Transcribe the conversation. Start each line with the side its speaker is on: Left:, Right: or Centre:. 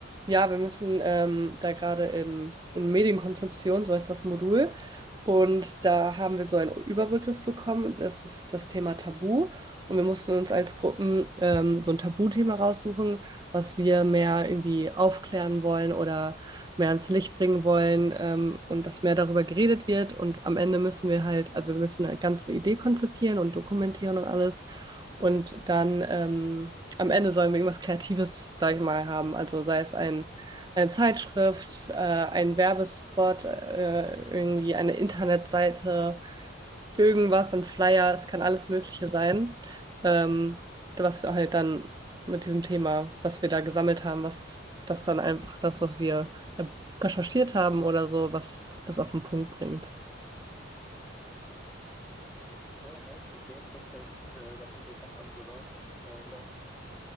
Right: Ja, wir müssen ähm, da gerade in, in Medienkonsumption, so heißt das Modul. Und da haben wir so einen Überbegriff bekommen, und das ist das Thema Tabu. Und wir mussten uns als Gruppen ähm, so ein Tabuthema raussuchen, was wir mehr irgendwie aufklären wollen oder mehr ans Licht bringen wollen ähm, und dass mehr darüber geredet wird. Und am Ende müssen wir halt, also wir müssen eine ganze Idee konzipieren und dokumentieren und alles. Und dann ähm, am Ende sollen wir irgendwas Kreatives, sag ich mal, haben. Also sei es ein, eine Zeitschrift, äh, ein Werbespot, äh, irgendwie eine Internetseite, irgendwas, ein Flyer, es kann alles Mögliche sein, ähm, was halt dann mit diesem Thema, was wir da gesammelt haben, was das dann einfach das, was wir äh, recherchiert haben oder so, was das auf den Punkt bringt.
Centre: Ja, nice, okay. Das hört sich eigentlich äh, ganz interessant an sogar. Äh, und auch ist